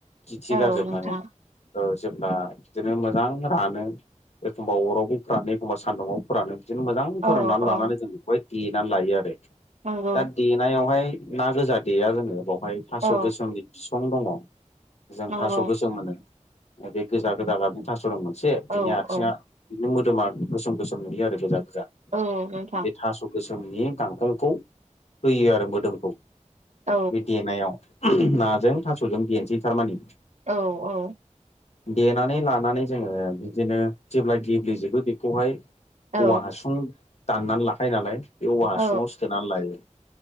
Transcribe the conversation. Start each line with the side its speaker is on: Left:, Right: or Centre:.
Left: खिथि
Right: औ
Left: गारजोबनानै
Right: नोंथां
Left: ओ जेब्ला बिदिनो मोजां रानो एखमबा अरावबो फोरानो, एखमबा सान्दुंआव फोरानो, बिदिनो मोजां
Right: औ
Left: फोराननानै
Right: औ
Left: लानानै जों बेखौहाय देनानै लायो आरो
Right: नंगौ
Left: ।दा देनायावहाय ना गोजा देया जोङो बाव ओमफाय थास'
Right: औ
Left: गोसोमनि बिसं दङ ।जों
Right: नंगौ
Left: थास' गोसोम होनो। बे गोजा- गोजा लाबनि थास'रं मोनसे
Right: औ
Left: बिनि आथिङा
Right: औ
Left: गोदोमा गोसोम -गोसोम नुयो आरो गोजा- गोजा
Right: औ नोंथां
Left: बे थास' गोसोम <unintelligible> गांखंखौ होयो आरो मोदोमखौ
Right: औ
Left: बे देनायाव। नाजों थास'जों देनसै थारमाने।
Right: औ, औ।
Left: देनानै लानानै जोङो बिदिनो जेब्ला गेब्लेजोबो बेखौहाय
Right: औ
Left: औवा हासुं दाननानै लाखायो नालाय, बे औवा
Right: औ
Left: हासुङाव सोनानै लायो।